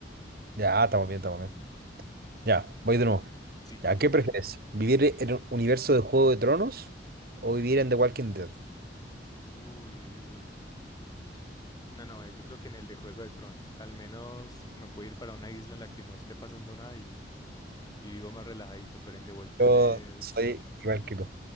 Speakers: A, on the right; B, on the left.
A: Ya, estamos bien, estamos bien. Ya, voy de nuevo.
B: Sí.
A: Ya, ¿qué prefieres? ¿Vivir en un universo de Juego de Tronos o vivir en The Walking Dead?
B: Uy, uy, uy, uy, uy. No, no, eh, yo creo que en el de Juego de Tronos. Al menos me puedo ir para una isla en la que no esté pasando nada y, y vivo más relajadito. Pero en The Walking
A: Yo
B: Dead,
A: soy
B: sí,
A: igual que tú.